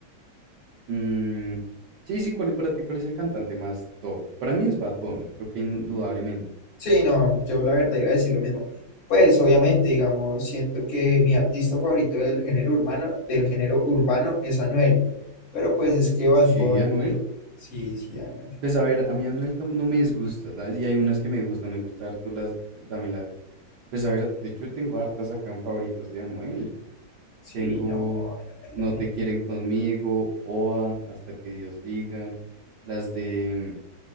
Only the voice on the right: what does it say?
Mm, sí, sí, ¿cuál, para ti cuál es el cantante más top? Para mí es Bad Bunny, creo que indudablemente.
Sí,
Anuel.
Pues a ver, a mí Anuel tam- no me disgusta, ¿sabes? Y hay unas que me gustan, me gusta harto las, también la- Pues a ver, de hecho tengo hartas acá en favoritos de Anuel.
Tengo
No
te quieren conmigo, o a Hasta que Dios diga, las de...